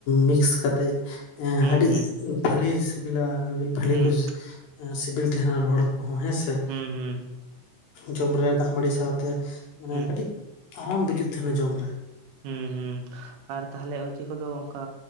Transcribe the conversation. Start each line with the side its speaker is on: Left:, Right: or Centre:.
Left: ᱢᱤᱠᱥ ᱠᱟᱛᱮᱫ
Right: ᱦᱩᱸ
Left: ᱟᱹᱰᱤ
Right: ᱦᱩᱸ
Left: ᱵᱷᱟᱹᱞᱤ ᱥᱤᱵᱤᱞᱟ, ᱵᱷᱟᱹᱞᱤ
Right: ᱦᱩᱸ
Left: ᱠᱚ ᱥᱤᱵᱤᱞ ᱛᱟᱦᱮᱸᱱᱟ ᱨᱚᱦᱚᱲ ᱦᱟᱹᱠᱩ ᱦᱚᱸ ᱦᱮᱸᱥᱮ ᱾
Right: ᱦᱩᱸ ᱦᱩᱸ
Left: ᱡᱚᱢ ᱨᱮ ᱫᱟᱜ-ᱢᱟᱹᱲᱤ ᱥᱟᱶᱛᱮ ᱢᱟᱱᱮ
Right: ᱦᱩᱸ
Left: ᱠᱟᱹᱴᱤᱡ ᱟᱨᱟᱢ ᱵᱩᱡᱩᱜ ᱛᱟᱦᱮᱱᱟ ᱡᱚᱢ ᱨᱮ᱾
Right: ᱦᱩᱸ ᱦᱩᱸ ᱟᱨ ᱛᱟᱦᱚᱞᱮ ᱚᱡᱮ ᱠᱚᱫᱚ ᱚᱱᱠᱟ